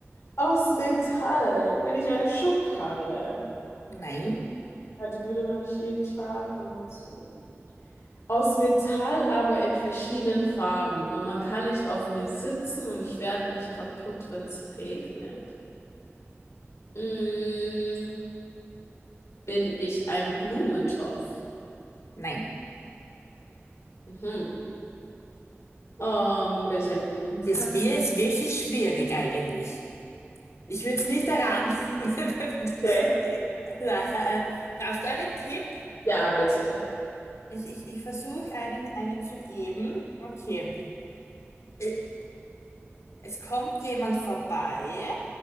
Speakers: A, on the left (about 70°); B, on the left (about 90°).
A: Aus Metall bin ich eine Schubkarre.
B: Nein,
A: Ja, die würde man nicht jeden Tag benutzen. Aus Metall, aber in verschiedenen Farben. Und man kann nicht auf mir sitzen und ich werde nicht kaputt, wenn es regnet. Mm, bin ich ein Blumentopf?
B: nein.
A: Mhm. Ähm, bin ich eine Briefkasten?
B: Das wäre es wirklich schwierig eigentlich. Ich würde es nicht erraten. <laughs>
A: Nee.
B: Na, äh, Brauchst du einen Tipp?
A: Ja, bitte.
B: Ich, ich, ich versuche einen, einen zu geben. Okay. Äh, Es kommt jemand vorbei.